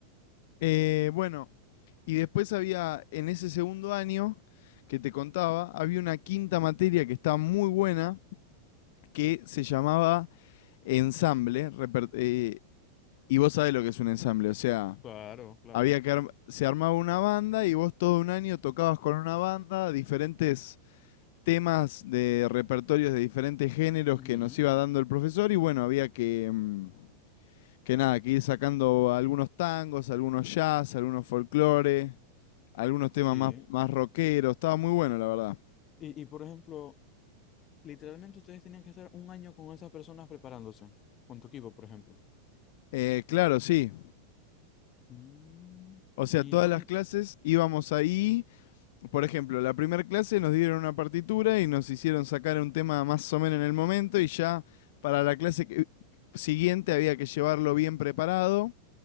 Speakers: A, on the left; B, on the left.
A: Eh, bueno, y después había, en ese segundo año que te contaba, había una quinta materia que estaba muy buena, que se llamaba ensamble. reper- eh, y vos sabés lo que es un ensamble, o sea,
B: Claro, claro.
A: Había que arm- se armaba una banda y vos todo un año tocabas con una banda diferentes temas de repertorios de diferentes géneros
B: Ujú,
A: que nos iba dando el profesor y bueno, había que mm, que nada, que ir sacando algunos tangos, algunos jazz, algunos folclore, algunos temas
B: Sí.
A: más más rockeros, estaba muy bueno, la verdad.
B: Y, y por ejemplo, literalmente ustedes tenían que estar un año con esas personas preparándose, con tu equipo, por ejemplo.
A: Eh, claro, sí.
B: Mm,
A: O sea,
B: ¿Y
A: todas
B: dónde?
A: las clases íbamos ahí Por ejemplo, la primera clase nos dieron una partitura y nos hicieron sacar un tema más o menos en el momento y ya para la clase que- siguiente había que llevarlo bien preparado.